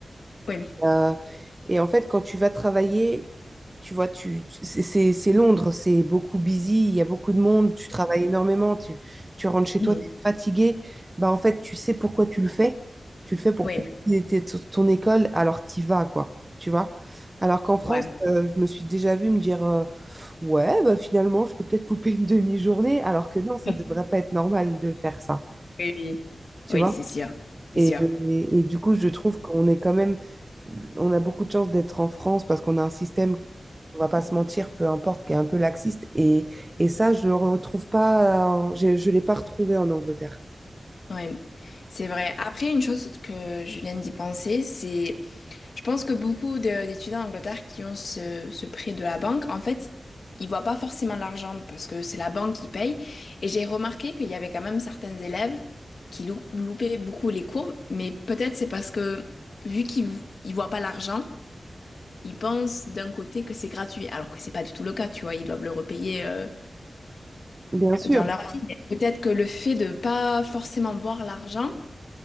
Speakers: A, on the left (about 65°); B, on the right (about 20°).
A: Oui,
B: Euh, et en fait, quand tu vas travailler, tu vois, tu, tu- c'est c'est- c'est Londres, c'est beaucoup busy, il y a beaucoup de monde, tu travailles énormément, tu, tu rentres chez
A: Mhm.
B: toi, tu es fatigué. Bah, en fait, tu sais pourquoi tu le fais. Tu le fais pour
A: oui,
B: payer tes- ton ton école, alors t'y vas, quoi. Tu vois? Alors qu'en France,
A: ouais.
B: euh, je me suis déjà vue me dire euh, ouais, bah, finalement, je peux peut-être <laughs> louper une demi-journée, alors que non, ça
A: <laughs>
B: devrait pas être normal de faire ça.
A: Oui, oui,
B: Tu
A: Oui,
B: vois?
A: c'est sûr, c'est
B: Et,
A: sûr.
B: et- et du coup, je trouve qu'on est quand même, on a beaucoup de chance d'être en France parce qu'on a un système, on va pas se mentir, peu importe, qui est un peu laxiste. Et, et ça, je le retrouve pas, en- je, je l'ai pas retrouvé en Angleterre.
A: Oui, c'est vrai. Après, une chose que je viens d'y penser, c'est Je pense que beaucoup de- d'étudiants en Angleterre qui ont ce, ce prêt de la banque, en fait, ils voient pas forcément l'argent parce que c'est la banque qui paye. Et j'ai remarqué qu'il y avait quand même certains élèves qui lou- loupaient beaucoup les cours, mais peut-être c'est parce que vu qu'ils vo- ils voient pas l'argent, ils pensent d'un côté que c'est gratuit, alors que c'est pas du tout le cas, tu vois, ils doivent le repayer euh,
B: Bien sûr,
A: dans leur vie. Mais Peut-être que le fait de pas forcément voir l'argent